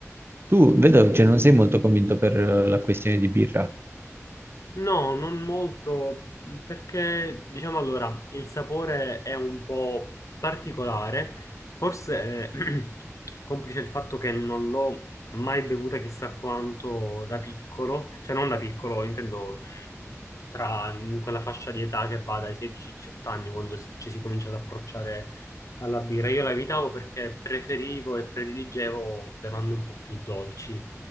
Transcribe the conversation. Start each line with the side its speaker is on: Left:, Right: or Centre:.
Right: Tu vedo che non sei molto convinto per eh, la questione di birra.
Left: No, non molto, perché diciamo allora, il sapore è un po' particolare, forse eh, <clears throat> complice il fatto che non l'ho mai bevuta chissà quanto da piccolo, cioè non da piccolo, intendo mh, tra mh, quella fascia di età che va dai 16-18 anni, quando si- ci si comincia ad approcciare alla birra. Io la evitavo perché preferivo e prediligevo bevande un po' più dolci.